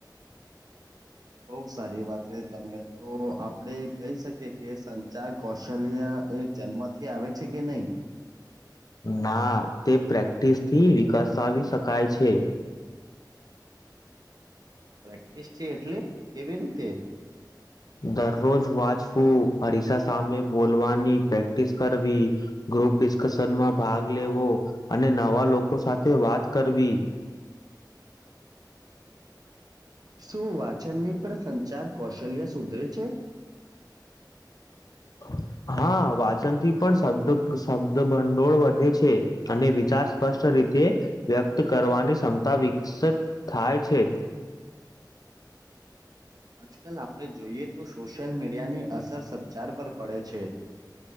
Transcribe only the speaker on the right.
બઉ સારી વાત કરી તમે તો આપ. આપણે કહી શકીએ કે સંચાર કૌશલ્ય એ જન્મથી આવે છે કે નહી.
પ્રેક્ટિસ છે, એટલે કેવી રીતે.
શું વાંચનની પણ સંચાર કૌશલ્ય સુધરે છે.
આજકાલ આપણે જોઈએ તો સોશિયલ મીડિયાની અસર સંચાર પર પડે છે.